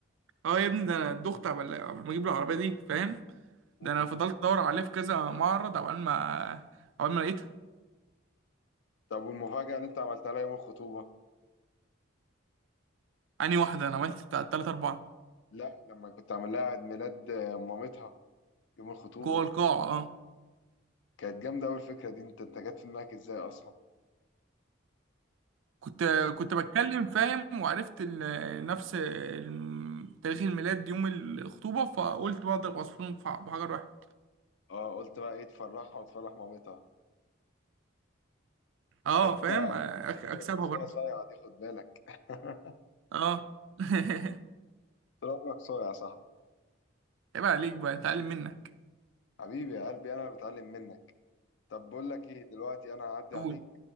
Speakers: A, on the right (about 70°); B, on the left (about 65°).
A: اه يا ابني ده انا دخت قبل قبل ما اجيب العربيه دي فاهم
B: مم.
A: ده انا فضلت ادور عليها في كذا معرض عقبال ما عقبال ما لقيتها
B: طب والمفاجاه اللي انت عملتها لها يوم الخطوبه
A: انهي واحده انا عملت بتاع تلات اربعه
B: لا لما كنت عامل لها عيد ميلاد آه، مامتها يوم الخطوبة
A: جوه القاعه اه
B: كانت جامدة أوي الفكرة دي أنت أنت جت في دماغك إزاي أصلا؟
A: كنت كنت بتكلم فاهم وعرفت ال- نفس ال- تاريخ الميلاد يوم الخطوبه فقلت بقى اضرب عصفورين في ع- بحجر واحد
B: أه قلت بقى إيه تفرحها وتفرح مامتها
A: اه
B: حتة
A: فاهم أك-
B: حتة
A: اكسبها
B: رومانسية
A: برضه
B: صايعة دي خد بالك <laughs>
A: اه <laughs>
B: طول عمرك صايع يا صاحبي
A: عيب عليك بقى اتعلم منك
B: حبيبي يا قلبي أنا اللي بتعلم منك طب بقول لك إيه دلوقتي أنا هعدي
A: قول
B: عليك